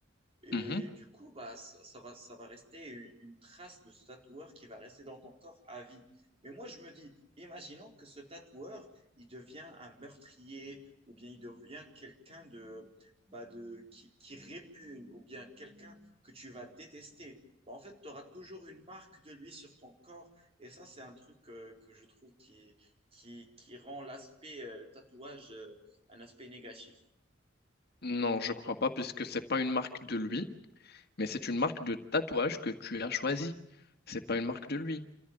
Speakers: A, on the right (about 30°); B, on the left (about 55°).
A: Et
B: Mhm.
A: du coup, bah, ça, ça va, ça va rester une, une trace de ce tatoueur qui va rester dans ton corps à vie. Mais moi, je me dis, imaginons que ce tatoueur, il devient un meurtrier ou bien il devient quelqu'un de, bah, de, qui, qui répugne ou bien quelqu'un que tu vas détester. Bah, en fait, tu auras toujours une marque de lui sur ton corps. Et ça, c'est un truc euh, que je trouve qui, qui, qui rend l'aspect euh, tatouage euh, un aspect négatif.
B: Non, je crois pas, puisque c'est pas une marque de lui, mais c'est une marque de tatouage que tu as choisi. C'est pas une marque de lui,